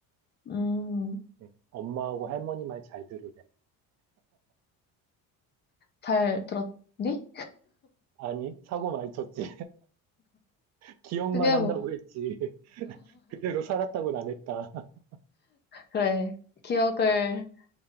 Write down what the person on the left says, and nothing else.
음,
잘 들었니?
그게
뭐,
그래. 기억을,